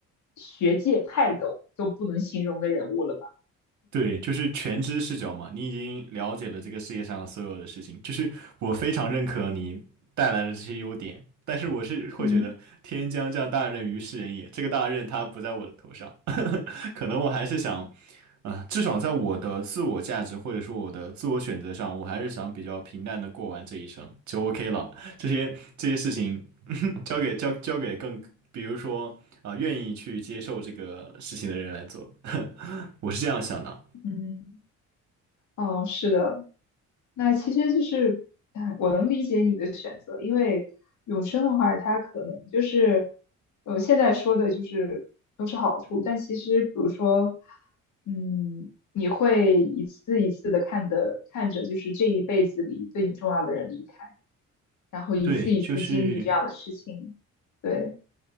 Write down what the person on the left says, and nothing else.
学界泰斗都不能形容的人物了吧？
嗯
嗯，哦，是的，那其实就是，哎，我能理解你的选择，因为永生的话，它可能就是，呃，现在说的就是都是好处，但其实比如说，嗯，你会一次一次的看的看着，就是这一辈子里对你重要的人离开，然后一次一次经历这样的事情，
对，